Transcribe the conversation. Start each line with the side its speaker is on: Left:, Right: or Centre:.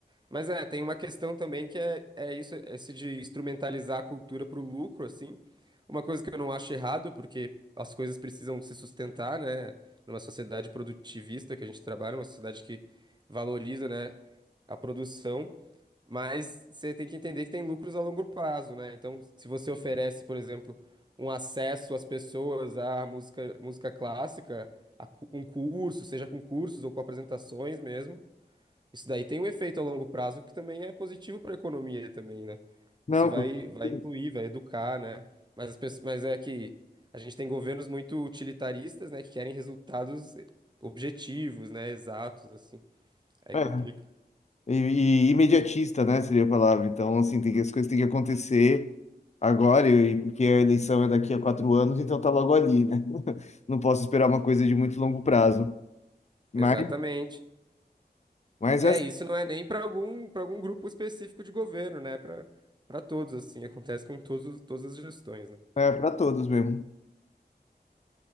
Right: Mas é, tem uma questão também que é, é isso, é esse de instrumentalizar a cultura para o lucro, assim. Uma coisa que eu não acho errado, porque as coisas precisam se sustentar, né? Numa sociedade produtivista que a gente trabalha, uma sociedade que valoriza, né? a produção, mas você tem que entender que tem lucros a longo prazo, né? Então, se você oferece, por exemplo, um acesso às pessoas à música, música clássica, a cu- com cursos, seja com cursos ou com apresentações mesmo, isso daí tem um efeito a longo prazo que também é positivo para a economia também, né?
Left: Não,
Right: Isso vai,
Left: com
Right: vai
Left: certeza.
Right: incluir, vai educar, né? Mas, as pessoas, mas é que a gente tem governos muito utilitaristas, né, que querem resultados objetivos, né, exatos, assim. Aí
Left: é.
Right: complica.
Left: E, e imediatista, né, seria a palavra. Então, assim, tem que, as coisas têm que acontecer agora, e, porque a eleição é daqui a quatro anos, então tá logo ali, né? <laughs> Não posso esperar uma coisa de muito longo prazo. Mas
Right: Exatamente.
Left: Mas
Right: É,
Left: é,
Right: isso não é nem para algum, para algum grupo específico de governo, né? Para para todos, assim. Acontece com todos, os- todas as gestões, né?
Left: é para todos mesmo.